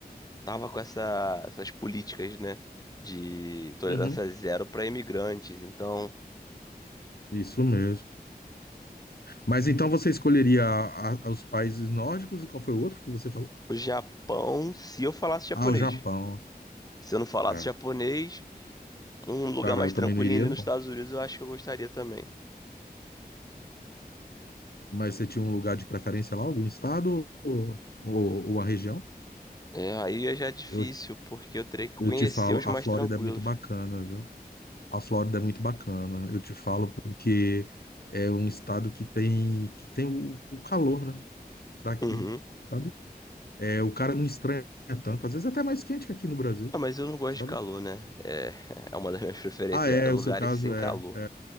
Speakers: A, on the left; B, on the left.
A: tava com essa, essas políticas, né, de tolerância
B: Uhum.
A: zero para imigrantes. Então,
B: Isso mesmo. Mas então você escolheria a- a- os países nórdicos e qual foi o outro que você falou?
A: o Japão, se eu falasse japonês,
B: Ah, o Japão.
A: se eu não falasse
B: É.
A: japonês, um lugar
B: Cara,
A: mais
B: eu
A: tranquilinho
B: também não iria,
A: ali
B: não.
A: nos Estados Unidos, eu acho que eu gostaria também.
B: Mas você tinha um lugar de preferência lá, algum estado ou, ou, ou a região?
A: É, aí é já difícil,
B: Eu,
A: porque eu teria que conhecer
B: eu te falo,
A: os mais
B: a Flórida
A: tranquilos.
B: é muito bacana, viu? A Flórida é muito bacana. Eu te falo porque é um estado que tem que tem o, o calor, né? Daqui,
A: Uhum.
B: sabe? É, o cara não estranha tanto. Às vezes é até mais quente que aqui no Brasil,
A: Ah, mas eu não gosto
B: sabe?
A: de calor, né? É, <laughs> é uma das minhas preferências,
B: Ah, é,
A: é lugares
B: o seu caso
A: sem
B: é,
A: calor.
B: é,